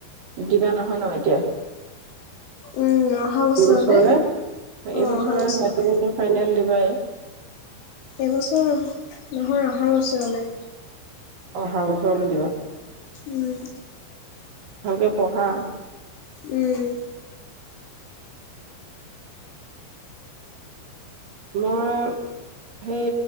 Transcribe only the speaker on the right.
দিবা নহয় ন এতিয়া
এইবছৰে, এইবছৰে
হায়ছেকেণ্ডাৰী ফাইনেল দিবাই।
অহা বছৰলৈ দিবা।
ভালকে পঢ়া।
মই সেই